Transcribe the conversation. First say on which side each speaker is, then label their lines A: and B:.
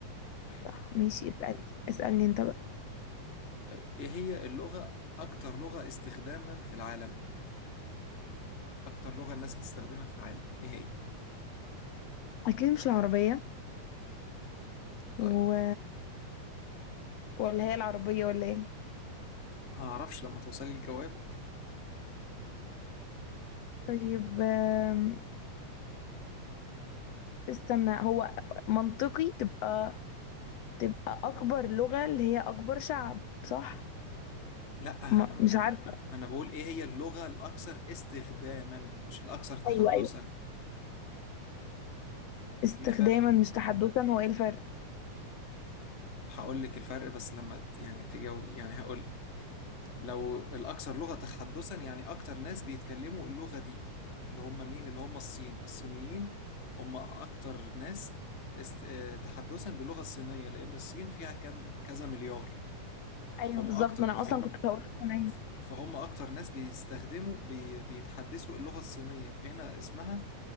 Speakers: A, on the left; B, on the left.
A: تمام
B: صح ماشي اسألي اسألني انت بقى
A: طيب ايه هي اللغه اكتر لغه استخداما في العالم اكتر لغه الناس بتستخدمها في العالم ايه هي
B: اكيد مش العربية
A: طيب
B: و... ولا هي العربية ولا ايه
A: ما اعرفش لما توصلي الجواب
B: طيب آم، استنى هو منطقي تبقى تبقى أكبر لغة اللي هي أكبر شعب صح؟
A: لا
B: م...
A: انا م-
B: مش عارفة
A: انا بقول ايه هي اللغه الاكثر استخداما مش الاكثر تحدثا
B: أيوه أيوه استخداما
A: في فرق
B: مش تحدثا هو ايه الفرق؟
A: هقول لك الفرق بس لما ت- يعني تجاوب يعني هقول لك لو الأكثر لغة تحدثا يعني أكتر ناس بيتكلموا اللغة دي اللي هم مين اللي هم الصين الصينيين هم أكتر ناس است... آه، تحدثا باللغة الصينية لأن الصين فيها كم كذا مليار
B: أيوه
A: فهم
B: بالظبط
A: أكتر
B: ما أنا
A: فهم
B: أصلا كنت هقول الصينية
A: فهم أكتر ناس بيستخدموا بي... بيتحدثوا اللغة الصينية فهنا اسمها